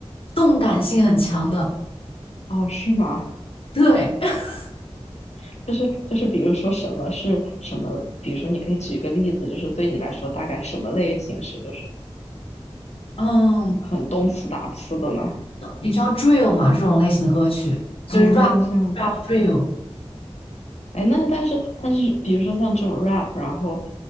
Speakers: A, on the left; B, on the left.
A: 动感性很强的。
B: 哦，是吗？
A: 对，<laughs>
B: <laughs> 就是就是，比如说什么是什么？比如说，你可以举个例子，就是对你来说，大概什么类型是就是
A: 嗯，
B: 很动词打词的呢？
A: 你知道 drill 吗？这种类型的歌曲就是
B: 哦，
A: rap
B: 这样子。
A: rap drill
B: 哎，那但是但是，比如说像这种 rap，然后